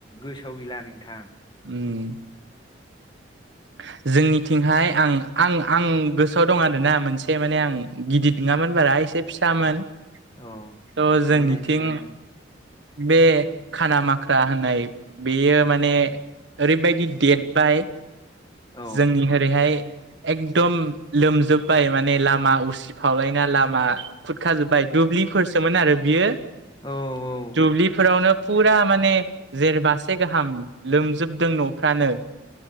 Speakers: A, on the left; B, on the right.
A: गोसोआव गैला नोंथां।
B: उम <inaudible> जोंनिथिंहाय आं आं आं गोसोआव दं आरोना मोनसे माने आं गिदिद नोङामोन बारा एसे फिसामोन त'
A: औ
B: जोंनिथिं
A: बुंनायसै
B: बे खाना माख्रा होननाय बेयो माने ओरैबायदि देरबाय
A: औ
B: जोंनि ओरैहाय एकदम लोमजोब्बाय माने लामा उसिफावलायना लामा खुरखाजोब्बाय। दुब्लिफोरसोमोन आरो बियो
A: औ औ
B: दुब्लिफोरावनो फुरा माने जेरबासे गाहाम लोमजोबदों न'फ्रानो।